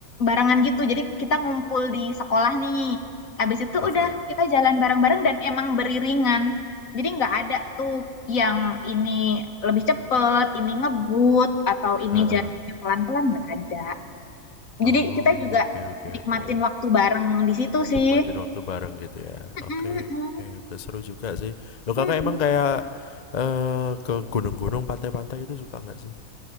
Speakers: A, on the left; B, on the left.
A: barengan gitu jadi kita ngumpul di sekolah nih habis itu
B: Oke.
A: udah kita jalan bareng-bareng dan emang beriringan jadi nggak ada tuh yang ini lebih cepet ini ngebut atau ini
B: Heeh.
A: jalannya pelan-pelan nggak ada
B: Oh,
A: jadi kita juga
B: oke oke
A: nikmatin
B: oke.
A: waktu bareng di situ sih
B: Nikmatin waktu bareng gitu ya.
A: Mm-mm,
B: Oke.
A: mm-mm,
B: Oke, seru juga sih. Lo
A: mm-mm.
B: kakak emang kayak eh ke gunung-gunung, pantai-pantai itu suka nggak sih?